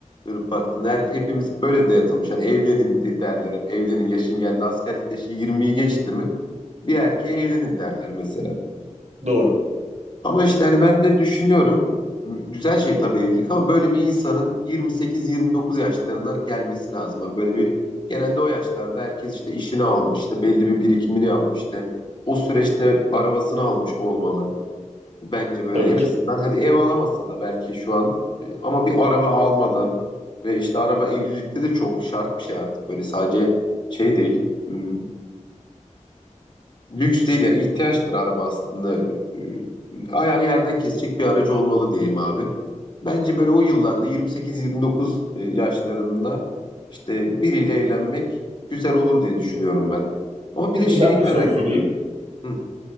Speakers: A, on the left (about 35°); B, on the right (about 60°).
A: Dönüp baktın her, hepimiz böyle dayatılmış hani evlenin diye derler hep evlenin yaşın geldi askerlik yaşı 20'yi geçti mi bir erkeğe evlenin derler mesela.
B: doğru.
A: Ama işte hani ben de düşünüyorum güzel şey tabii evlilik ama böyle bir insanın 28-29 yaşlarına gelmesi lazım. abi. Böyle bir genelde o yaşlarda herkes işte işini almış, işte belli bir birikimini yapmış işte. O süreçte arabasını almış olmalı. Bence böyle
B: Tabii
A: en
B: ki.
A: azından hadi ev alamasa da belki şu an e, ama bir araba almalı. Ve işte araba evlilikte de çok şart bir şey artık böyle sadece şey değil. Hmm, Lüks değil yani ihtiyaçtır araba aslında. Ee, Ayağını yerden kesecek bir aracı olmalı diyeyim abi. Bence böyle o yıllarda 28-29 e, yaşlarında işte biriyle evlenmek güzel olur diye düşünüyorum ben. Ama bir
B: Peki
A: de şeyi
B: ben
A: merak
B: bir soru sorayım.
A: ediyorum. Hı,